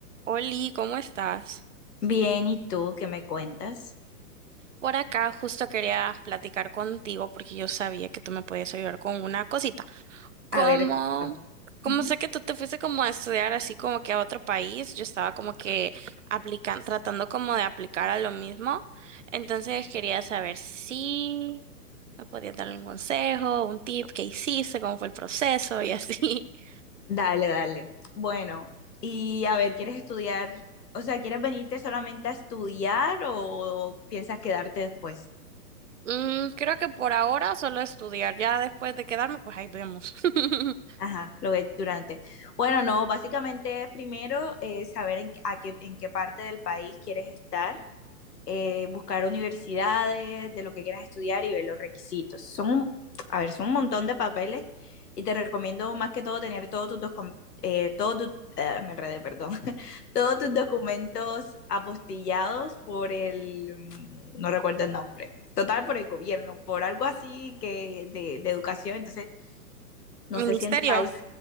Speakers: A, on the right (about 50°); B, on the left (about 75°).
A: Oli, ¿cómo estás?
B: Bien, ¿y tú qué me cuentas?
A: Por acá justo quería platicar contigo porque yo sabía que tú me podías ayudar con una cosita. Como,
B: A ver, cuéntame.
A: como
B: Ujú.
A: sé que tú te fuiste como a estudiar así como que a otro país, yo estaba como que aplicando, tratando como de aplicar a lo mismo. Entonces quería saber si me podías dar un consejo, un tip, qué hiciste, cómo fue el proceso y así. <laughs>
B: Dale, dale. Bueno, y a ver, ¿quieres estudiar? O sea, ¿quieres venirte solamente a estudiar o piensas quedarte después?
A: Mm, creo que por ahora solo estudiar, ya después de quedarme, pues ahí vemos. <laughs>
B: Ajá, lo ves durante. Bueno, no, básicamente es primero eh, saber en, a qué, en qué parte del país quieres estar. eh, buscar universidades, de lo que quieras estudiar y ver los requisitos. Son, un- a ver, son un montón de papeles y te recomiendo más que todo tener todos tus, dos eh, todos tus- ah, me enredé, perdón, <laughs> todos tus documentos apostillados por el, mm, no recuerdo el nombre. Total, por el gobierno, por algo así que de, de educación. Entonces, no
A: Ministerio.
B: sé si en tu país,